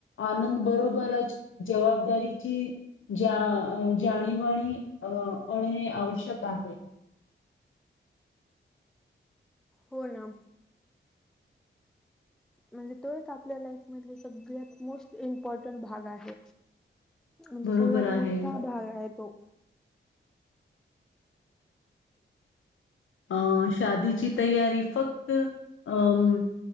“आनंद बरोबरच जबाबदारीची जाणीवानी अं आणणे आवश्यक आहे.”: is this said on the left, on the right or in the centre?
Left